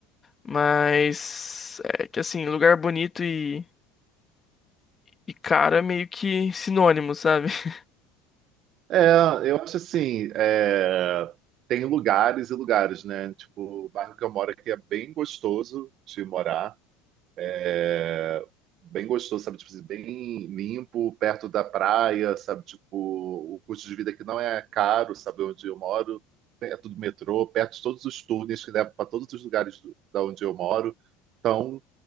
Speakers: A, on the left (about 20°); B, on the right (about 50°).
A: Mas é que assim, lugar bonito e, e caro é meio que sinônimo, sabe? <laughs>
B: É, eu acho assim, é, tem lugares e lugares, né? Tipo, o bairro que eu moro aqui é bem gostoso de morar. É, bem gostoso, sabe? Tipo, assim, bem limpo, perto da praia, sabe? Tipo, o custo de vida aqui não é caro, sabe? Onde eu moro, perto do metrô, perto de todos os túneis que levam para todos os lugares do, da onde eu moro. Então,